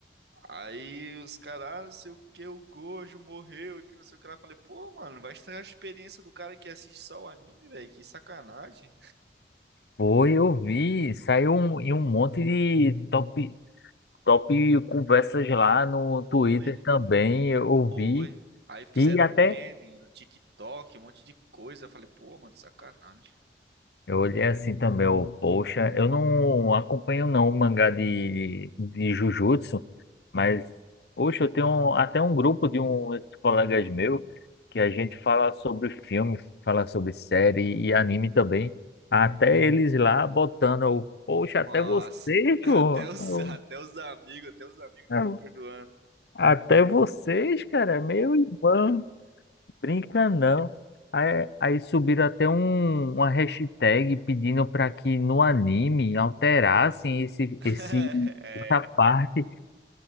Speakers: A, on the right (about 75°); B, on the left (about 70°).
A: Aí os caras, ah, não sei o que, o Gojo morreu e que não sei o que lá. Eu Falei, pô, mano, vai estragar a experiência do cara que assiste só o anime, velho? Que sacanagem.
B: foi, eu vi. Saiu um, e um monte de top, top conversas lá no Twitter
A: Foi.
B: também. Eu vi.
A: Foi. Aí fizeram
B: E até
A: meme no TikTok, um monte de coisa. Eu falei, pô, mano, sacanagem.
B: Eu olhei assim também, eu, poxa, eu não acompanho não o mangá de, de Jujutsu, mas, poxa, eu tenho até um grupo de uns colegas meus que a gente fala sobre filme, fala sobre série e anime também, até eles lá botando, eu, poxa,
A: Nossa,
B: até vocês,
A: <laughs> até
B: pô,
A: os,
B: Eu,
A: até os amigos, até os amigos
B: eu,
A: não tô perdoando.
B: até vocês, cara, meu irmão. Brinca não. Aí, aí subiram até um, uma hashtag pedindo para que no anime alterassem esse,
A: <laughs>
B: esse,
A: É,
B: essa
A: mano.
B: parte